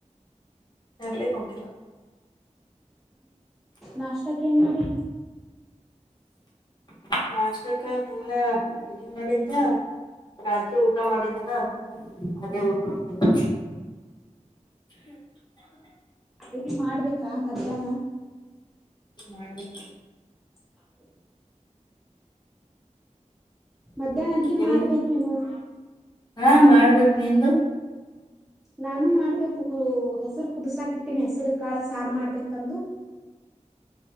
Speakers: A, on the left; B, in the centre.
A: ಎಲ್ಲಿ ಹೋಗಿಲ್ಲ
B: ನಾಷ್ಟಕ್ ಏನ್ ಮಾಡಿರಿ
A: ನಾಷ್ಟಕ್ಕ ಎಲ್ಲ. ಅಡ್ಗನ್ ನಡತ. ರಾತ್ರಿ ಊಟ ಮಾಡಿದ್ದೇನ ಅದಕ್ಕ ಅದೇ ಊಟ ಮಾಡಿದ್ದ.
B: ಅಡಿಗೆ ಮಾಡ್ಬೇಕಾ ಮಧ್ಯಾಹ್ನ
A: ಮಾಡ್ಬೇಕ.
B: ಹ್ಮ್ಮ್. ಮಧ್ಯಾಹ್ನ ಅಡ್ಗ
A: ನಿಮ್ದು
B: ಮಾಡ್ಬೇಕೇನು ಅಂದ.
A: ಹಾ ಮಾಡ್ಬೇಕ್ ನಿಂದು.
B: ನಾನು ಮಾಡ್ಬೇಕು ಹ ಹೆಸರು ಕುದಸಾಕ ಇಟ್ಟೀನಿ ಹೆಸರು ಕಾಳ ಸಾರು ಮಾಡ್ಬೇಕಂದು.